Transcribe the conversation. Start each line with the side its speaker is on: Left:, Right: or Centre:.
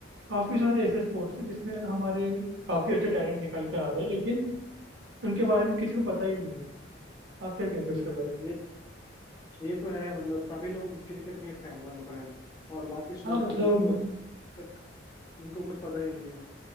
Right: काफ़ी सारे ऐसे स्पोर्ट्स
Left: हम्म
Right: हैं जिसमें हमारे काफ़ी अच्छे टैलेंट निकल के आ रहे हैं लेकिन उनके बारे में किसी को पता ही नहीं है आप क्या कहते
Left: हम्म,
Right: हो इसके बारे में
Left: ये ये तो है मतलब सभी लोग क्रिकेट के फैन बने पड़े हैं और बाकी स्पोर्ट
Right: हाँ मतलब
Left: का पूछ तो तक उनको कुछ पता ही नहीं है